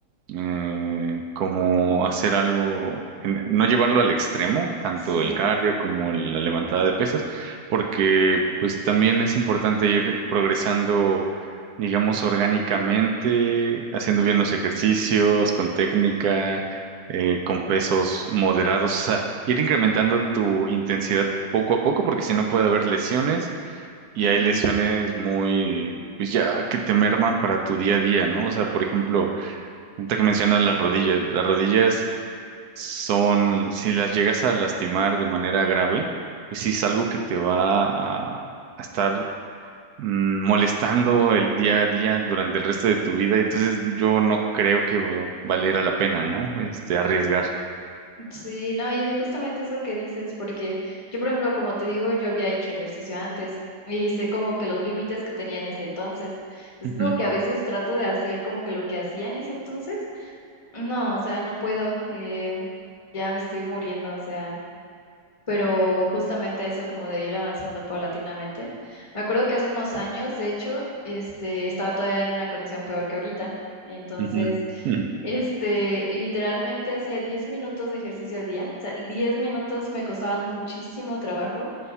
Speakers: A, on the right; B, on the left.
A: eh, como hacer algo, en- no llevarlo al extremo, tanto
B: Sí.
A: el cardio como el- la levantada de pesas, porque pues también es importante ir progresando, digamos, orgánicamente, haciendo bien los ejercicios, con técnica, eh, con pesos moderados, o sea, ir incrementando tu intensidad poco a poco, porque si no puede haber lesiones y
B: Ujú.
A: hay lesiones muy, pues ya que te merman para tu día a día, ¿no? O sea, por ejemplo, ahorita que mencionas las rodillas, las rodillas son, si las llegas a lastimar de manera grave, pues sí es algo que te va a, a estar mm, molestando el día a día durante el resto de tu vida. Entonces yo no creo que va- valiera la pena, ¿no? Este, arriesgar.
B: Sí, no, y es justamente eso que dices, porque yo, por ejemplo, como te digo, yo había hecho ejercicio antes y sé como que los límites que tenía en ese entonces. Es
A: Ujú,
B: como que a veces trato de hacer como que lo que hacía en ese entonces. No, o sea, no puedo. eh, ya me estoy muriendo, o sea pero justamente eso como de ir avanzando paulatinamente. Me acuerdo que hace unos años, de hecho, este, estaba todavía en una condición peor que ahorita. Entonces,
A: ujú, ujú.
B: este, literalmente hacía 10 minutos de ejercicio al día. O sea, 10 minutos me costaban muchísimo trabajo.